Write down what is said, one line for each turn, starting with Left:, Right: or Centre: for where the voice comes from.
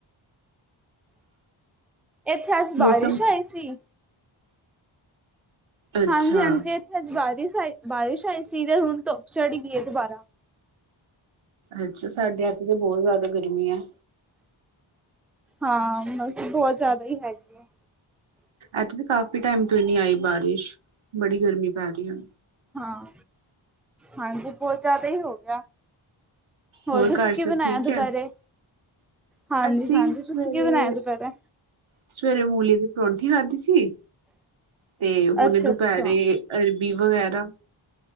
Centre: ਏਥੇ ਅੱਜ ਬਾਰੀਸ਼
Right: ਮੌਸਮ
Centre: ਆਈ ਸੀ।
Right: ਅੱਛਾ
Centre: ਹਾਂਜੀ, ਹਾਂਜੀ ਏਥੇ ਅੱਜ ਬਾਰੀਸ਼ ਆਈ ਬਾਰਿਸ਼ ਆਈ ਸੀ ਤੇ ਹੁਨ ਧੁੱਪ ਚੜ ਗਈ ਏ ਦੁਬਾਰਾ।
Right: ਅੱਛਾ, ਸਾਡੇ ਏਥੇ ਤੇ ਬਹੁਤ ਜਾ਼ਦਾ ਗਰਮੀ ਹੈ।
Centre: ਹਾਂ, ਬਸ ਬਹੁਤ ਜਾਦਾ ਹੀ ਹੈਗੀ। ਹੈ
Right: ਏਥੇ ਤੇ ਕਾਫ਼ੀ ਟਾਈਮ ਤੋਂ ਈ ਨੀ ਆਈ ਬਾਰੀਸ਼ ਬੜੀ ਗਰਮੀ ਪੈ ਰਹੀ ਹੈ।
Centre: ਹਾਂ, ਹਾਂਜੀ ਪੋਚਾ ਤੇ ਹੋ ਗਿਆ।
Right: ਹੋਰ
Centre: ਤੁਸੀਂ
Right: ਘਰ
Centre: ਕੀ
Right: ਸਭ
Centre: ਬਣਾਇਆ
Right: ਠੀਕ
Centre: ਦੁਪਹਿਰੇ
Right: ਹੈ?
Centre: ਹਾਂਜੀ
Right: ਅਸੀਂ
Centre: ਹਾਂਜੀ
Right: ਸਵੇਰੇ
Centre: ਤੁਸੀਂ ਕੀ ਬਣਾਇਆ ਦੁਪਹਿਰੇ
Right: ਸਵੇਰੇ ਮੂਲੀ ਦੀ ਪਰੌਂਠੀ ਖਾਦੀ ਸੀ, ਤੇ ਹੁਣ
Centre: ਅੱਛਾ
Right: ਦੁਪਹਿਰੇ
Centre: ਅੱਛਾ
Right: ਅਰਬੀ ਵਗੈਰਾ,